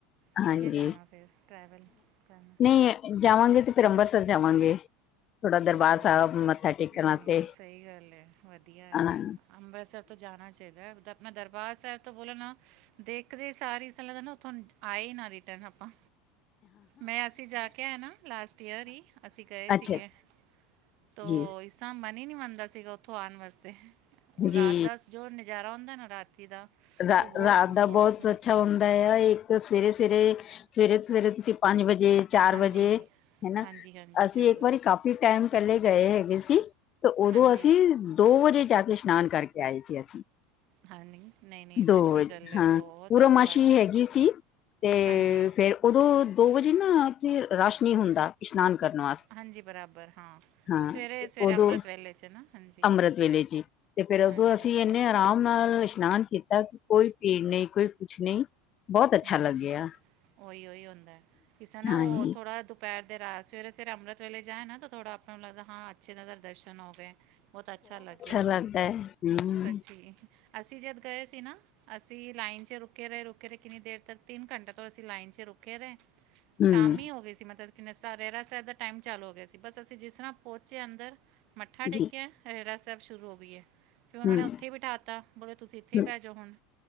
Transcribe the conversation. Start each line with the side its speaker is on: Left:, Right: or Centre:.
Right: ਕਿੱਥੇ
Left: ਹਾਂਜੀ,
Right: ਜਾਣਾ ਫਿਰ ਟਰੈਵਲ ਕਰਨਾ
Left: ਨਈਂ ਐ ਜਾਵਾਂਗੇ ਤੇ ਫਿਰ ਅੰਬਰਤਸਰ ਜਾਵਾਂਗੇ ਥੋੜਾ ਦਰਬਾਰ
Right: ਅੱਛਾ ਅੰਮ੍ਰਿਤਸਰ
Left: ਸਾਹਿਬ ਮੱਥਾ ਟੇਕਣ
Right: ਨਹੀਂ
Left: ਵਾਸਤੇ
Right: ਨਹੀਂ ਸਹੀ ਗੱਲ ਹੈ ਵਧੀਆ ਹੈ
Left: ਹਾਂ
Right: ਅੰਮ੍ਰਿਤਸਰ ਤੋਂ ਜਾਣਾ ਚਾਹੀਦਾ ਐ, ਆਪਣਾ ਦਰਬਾਰ ਸਾਹਿਬ ਤੋਂ ਬੋਲੋ ਨਾ, ਦੇਖਦੇ ਸਾਰੀ ਈ ਐਸਾ ਲਗਦਾ ਨਾ ਉੱਥੋਂ ਆਏ ਈ ਨਾ ਰਿਟਰਨ ਆਪਾਂ ਮੈਂ ਅਸੀਂ ਜਾ ਕੇ ਆਇ ਨਾ ਲਾਸਟ ਈਅਰ ਈ, ਅਸੀਂ ਗਏ
Left: ਅੱਛਾ
Right: ਸੀਗੇ
Left: ਅੱਛਾ
Right: ਤੋ
Left: ਜੀ
Right: ਇਸ ਤਾਂ ਮਨ ਹੀ ਨਹੀਂ ਮੰਨਦਾ ਸੀਗਾ ਉੱਥੋਂ ਆਉਣ ਵਾਸਤੇ, ਉਹ ਰਾਤ
Left: ਜੀ
Right: ਦਾ ਜੋ ਨਜ਼ਾਰਾ ਹੁੰਦਾ ਨਾ ਰਾਤੀ ਦਾ
Left: ਰਾ
Right: ਉਹ ਬਹੁਤ
Left: ਰਾਤ ਦਾ ਬਹੁਤ
Right: ਮਸੰਦ
Left: ਅੱਛਾ ਹੁੰਦਾ ਆ ਇਹ ਸਵੇਰੇ ਸਵੇਰੇ, ਸਵੇਰੇ ਤੋਂ ਸਵੇਰੇ ਤੁਸੀਂ ਪੰਜ ਵਜੇ ਚਾਰ
Right: ਹਾਂਜੀ
Left: ਵਜੇ, ਹੈਨਾ,
Right: ਹਾਂਜੀ ਹਾਂਜੀ
Left: ਅਸੀਂ
Right: ਜ਼ਰੂਰ
Left: ਇੱਕ ਵਾਰੀ ਕਾਫੀ ਟਾਈਮ ਪਹਿਲੇ ਗਏ ਹੈਗੇ ਸੀ। ਤੇ ਉਦੋਂ
Right: ਹਾਂਜੀ
Left: ਅਸੀਂ, ਦੋ ਵਜੇ ਜਾ ਕੇ ਇਸ਼ਨਾਨ ਕਰਕੇ ਆਏ ਸੀ ਅਸੀਂ
Right: ਹਾਂ ਨਹੀਂ, ਨਹੀਂ-ਨਹੀਂ ਸੱਚੀ
Left: ਦੋ ਵਜੇ,
Right: ਗੱਲ ਹੈ
Left: ਹਾਂ
Right: ਬਹੁਤ
Left: ਪੂਰਮਾਸ਼ੀ
Right: ਅੱਛਾ ਲੱਗਦਾ ਹੈ।
Left: ਹੈਗੀ ਸੀ ਤੇ
Right: ਹਾਂਜੀ,
Left: ਫੇਰ ਉਦੋਂ ਦੋ ਵਜੇ ਨਾ ਰੱਸ਼ ਨਹੀਂ ਹੁੰਦਾ, ਇਸ਼ਨਾਨ ਕਰਨ ਵਾਸਤੇ
Right: ਹਾਂਜੀ ਬਰਾਬਰ ਹਾਂ,
Left: ਹਾਂ
Right: ਸਵੇਰੇ
Left: ਤੇ
Right: ਸਵੇਰੇ
Left: ਉਦੋਂ
Right: ਅੰਮ੍ਰਿਤ ਵੇਲੇ ਚ ਨਾ ਹਾਂਜੀ,
Left: ਅੰਮ੍ਰਿਤ ਵੇਲੇ ਜੀ, ਤੇ ਫੇਰ ਉਦੋਂ
Right: ਹਾਂਜੀ,
Left: ਅਸੀਂ ਇੰਨੇ ਆਰਾਮ ਨਾਲ ਇਸ਼ਨਾਨ ਕੀਤਾ, ਕੋਈ ਭੀੜ ਨਹੀਂ, ਕੋਈ ਕੁਛ ਨਹੀਂ ਬਹੁਤ ਅੱਛਾ
Right: ਹਾਂ
Left: ਲੱਗਿਆ
Right: ਉਹੀ ਉਹੀ ਹੁੰਦਾ, ਕਿਸੇ ਨਾ
Left: ਹਾਂਜੀ
Right: ਉਹ ਥੋੜਾ ਧੂਪ ਦੁਪਹਿਰ ਦੇ ਰੈ, ਸਵੇਰੇ-ਸਵੇਰੇ ਅੰਮ੍ਰਿਤ ਵੇਲੇ ਜਾਏ ਨਾ ਥੋੜਾ ਆਪਾਂ ਨੂੰ ਲੱਗਦਾ, ਹਾਂ ਅੱਛੇ ਇਹਨਾਂ ਦੇ ਦਰਸ਼ਨ ਹੋ ਗਏ। ਬਹੁਤ ਅੱਛਾ ਲੱਗਿਆ
Left: ਲੱਗਦਾ ਹੈ ਹਮ
Right: ਸੱਚੀ, ਅਸੀਂ ਜਦ ਗਏ ਸੀ ਨਾ ਅਸੀਂ ਲਾਈਨ ਚ ਰੁਕੇ ਰਹੇ ਰੁਕੇ ਰਹੇ, ਕਿੰਨੀ ਦੇਰ ਤੱਕ ਤਿੰਨ ਘੰਟੇ ਤੋਂ ਅਸੀਂ ਲਾਈਨ ਚ ਰੁਕੇੇ ਰਹੇ ਸ਼ਾਮ
Left: ਹਮ
Right: ਈ ਹੋ ਗਈ ਸੀ ਮਤਲਬ ਰਹਿਰਾਸ ਸਾਹਿਬ ਦਾ ਟਾਈਮ ਚਾਲੂ ਹੋ ਗਿਆ ਸੀ, ਬਸ ਅਸੀਂ ਜਿਸ ਤਰ੍ਹਾਂ ਪਹੁੰਚੇ ਆ ਅੰਦਰ, ਮੱਥਾ ਟੇਕਿਆ
Left: ਜੀ
Right: ਰਹਿਰਾਸ ਸਾਹਿਬ ਸ਼ੁਰੂ ਹੋ ਗਈ ਐ, ਫਿਰ ਉਹਨਾਂ
Left: ਹਮ
Right: ਨੇ ਉੱਥੇ ਹੀ ਬਿਠਾ ਦਿੱਤਾ ਬੋਲ ਤੁਸੀਂ ਇੱਥੇ ਹੀ
Left: ਹਮ
Right: ਬਹਿ ਜਾਓ ਹੁਣ